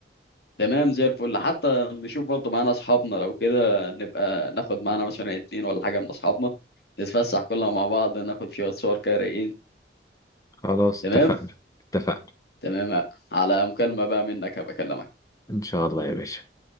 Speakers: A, on the left; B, on the left.
A: تمام زي الفل حتى نشوف برضه معانا اصحابنا لو كده نبقى ناخد معانا مثلا اتنين ولا حاجه من اصحابنا نتفسح كلنا مع بعض ناخد شويه صور كده رايقين
B: خلاص
A: تمام
B: اتفقنا اتفقنا
A: تمام على مكالمه بقى منك هبقى اكلمك
B: ان شاء الله يا باشا